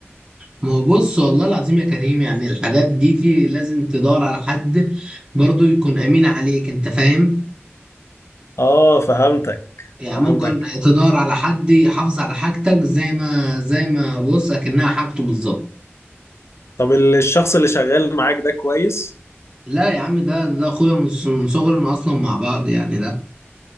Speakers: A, on the right (about 20°); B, on the left (about 75°).
A: ما هو بص والله العظيم يا كريم يعني الحاجات دي تي- لازم تدور على حد برضو يكون امين عليك انت فاهم
B: اه فهمتك
A: يعني
B: فهمتك
A: ممكن تدور على حد يحافظ على حاجتك زي ما زي ما بص اكنها حاجته بالظبط
B: طب ال- الشخص اللي شغال معاك ده كويس
A: لا يا عم ده ده اخويا من ص- من صغرنا اصلا مع بعض يعني ده